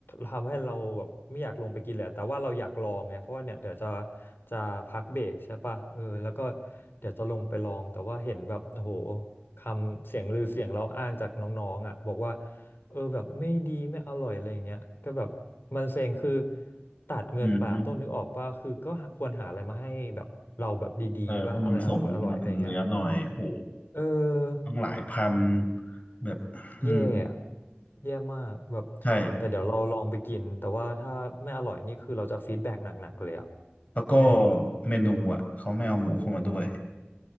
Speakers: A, on the left (about 65°); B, on the left (about 35°).
A: ทำให้เราแบบไม่อยากลงไปกินเลยอะแต่ว่าเราอยากลองไงเพราะว่าเนี่ยเดี๋ยวจะจะพักเบรกใช่ป่ะเออแล้วก็เดี๋ยวจะลงไปลองแต่ว่าเห็นแบบโอ้โหคำเสียงลือเสียงเราอ้างจากน้องๆอ่ะบอกว่าเออแบบไม่ดีไม่อร่อยอะไรอย่างเงี้ยก็แบบมันเซ็งคือตัดเงินไปอะต้นนึกออกป่ะคือก็ควรหาอะไรมาให้แบบเราแบบดีๆป่ะอะไรอร่อยอร่อยอะไรอย่างเงี้ย
B: อืมฮึเออให้มันสมงานคุณเนื้อหน่อยโห
A: เออ
B: ต้งหลายพันแบบอืม
A: แย่อะแย่มากแบบ
B: ใช่
A: แต่เดี๋ยวเราลองไปกินแต่ว่าถ้าไม่อร่อยนี่คือเราจะฟีดแบ็กหนักๆเลยอะ
B: แล้วก็
A: แม่ง
B: เมนูอ่ะเขาไม่เอาหมูเข้ามาด้วย